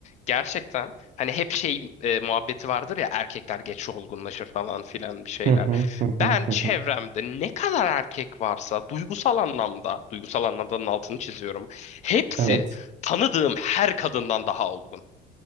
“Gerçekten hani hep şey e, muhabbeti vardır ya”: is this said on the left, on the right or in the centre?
Left